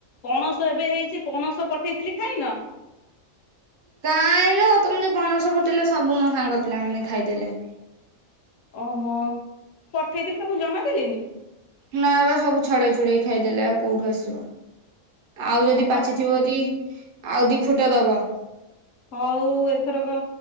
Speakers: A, on the left; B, on the right.
A: ପଣସ ଏବେ ହେଇଛି ପଣସ ପଠେଇଥିଲି ଖାଇନ?
B: କାଇଲୋ ତମେ ଯୋଉ ପଣସ ପଠେଇଲ ସବୁ ମୋ ସାଙ୍ଗ ପିଲା ମାନେ ଖାଇଦେଲେ।
A: ଓହୋ ପଠେଇଥିଲି ତମକୁ ଜମା ଦେଲେନି?
B: ନା ବା ସବୁ ଛଡେଇ ଛୁଡେଇ ଖାଇଦେଲେ ଆଉ କୋଉଠୁ ଆସିବ ଆଉ
A: ହଉ
B: ଯଦି
A: ନ
B: ପାଚ ପଚିବ ଯଦି ଆଉ ଦି ଫୁଟ ଦବ।
A: ହଉ ଏଥରକ